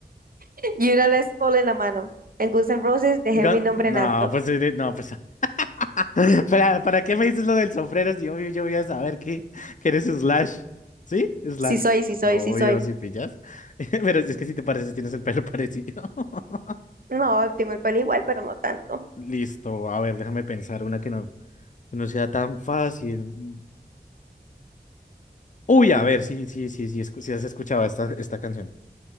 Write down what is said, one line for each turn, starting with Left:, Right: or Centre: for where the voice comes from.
Right: <laughs> y una Les Paul en la mano. En Guns N' Roses dejé
Left: Gan-
Right: mi nombre
Left: No,
Right: en alto.
Left: pues, eh, no, pues. <laughs> ¿Para, para qué me dices lo del sombrero si obvio yo voy a saber que, que eres Slash? ¿Sí? Slash.
Right: Sí soy, sí soy,
Left: Obvio,
Right: sí soy.
Left: si pillas. <laughs> Pero es que si te pareces, tienes el pelo parecido. <laughs>
Right: No, tengo el pelo igual, pero no tanto.
Left: Listo, a ver, déjame pensar una que no, que no sea tan fácil. Uy, a ver, sí, sí, sí, sí, escu- sí has escuchado esta, esta canción.